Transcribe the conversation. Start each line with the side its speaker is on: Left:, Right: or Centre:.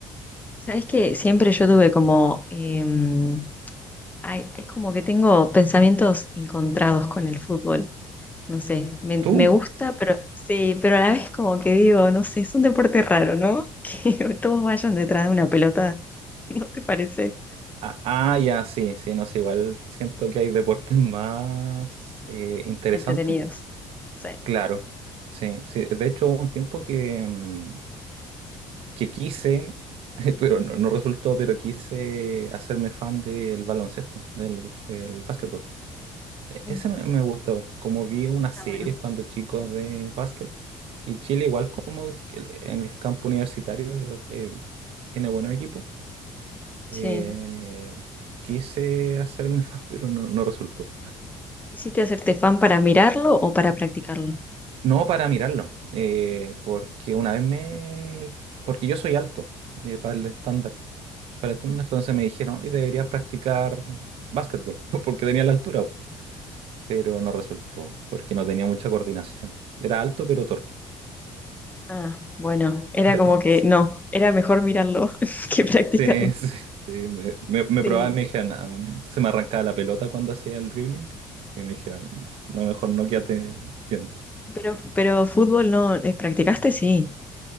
Left: Sabes que siempre yo tuve como, em, ay, es como que tengo pensamientos encontrados con el fútbol. No sé, me,
Right: ¿Tú?
Left: me gusta, pero sí, pero a la vez como que digo, no sé, es un deporte raro, ¿no? <laughs> Que todos vayan detrás de una pelota, <laughs> ¿no te parece?
Right: Ah, ah, ya, sí, sí, no sé, igual siento que hay deportes más eh, interesantes.
Left: Entretenidos. Sí.
Right: Claro, sí, sí. De hecho, hubo un tiempo que... mm, que quise, <laughs> pero no, no resultó, pero quise hacerme fan del baloncesto, del el básquetbol. E- Ese
Left: Mm,
Right: me, me gustó, como vi unas
Left: Está
Right: series
Left: bueno.
Right: cuando chicos de básquet, y Chile igual como que el- en el campo universitario eh, eh, tiene buenos equipos.
Left: Sí.
Right: eh, quise hacerme <laughs> fan, pero no, no resultó.
Left: ¿Hiciste hacerte fan para mirarlo o para practicarlo?
Right: No para mirarlo, eh, porque una vez me... porque yo soy alto, eh, para el estándar. para el estándar, entonces me dijeron, y deberías practicar básquetbol, <laughs> porque tenía la altura, pero no resultó, porque no tenía mucha coordinación. Era alto, pero torpe.
Left: Ah, bueno, era como
Right: <laughs>
Left: que
Right: Sí.
Left: no, era mejor mirarlo <laughs> que practicarlo.
Right: Sí, sí, sí, Me, me, me
Left: Sí.
Right: probaba y me dijeron, "Ah, se me arrancaba la pelota cuando hacía el dribbling. Y me dijeron, no, mejor no quédate viendo.
Left: Pero, pero fútbol no, eh, ¿practicaste? Sí,